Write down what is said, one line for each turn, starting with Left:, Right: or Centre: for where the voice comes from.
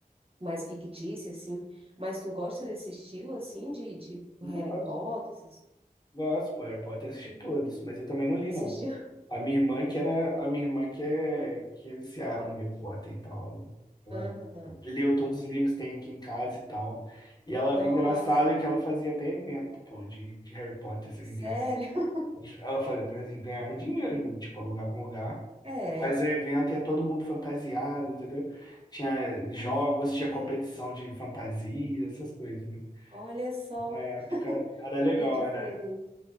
Right: mais fictícia, assim. Mas tu gosta desse estilo, assim, de, de Harry
Left: Gosto,
Right: Potter? esses-
Left: gosto, pô. Harry Potter eu assisti todos, mas eu também não li,
Right: Assistiu?
Left: não. A minha irmã que
Right: <laughs>
Left: era, a minha irmã que é, que é viciada em Harry Potter e tal. Ela
Right: Aham.
Left: leu todos os livros que tem aqui em casa e tal. E ela,
Right: Nossa,
Left: engraçado é que ela fazia até evento, pô, de, de Harry Potter, você acredita?
Right: sério? <laughs>
Left: Ela faz- faz- ganhava dinheiro ainda, tipo, alugava um lugar,
Right: É.
Left: fazia evento e ia todo mundo fantasiado, entendeu? Tinha jogos,
Right: Meu
Left: tinha competição
Right: Deus,
Left: de fantasia, essas coisas, né?
Right: olha só
Left: Na época era legal,
Right: que diferente.
Left: era,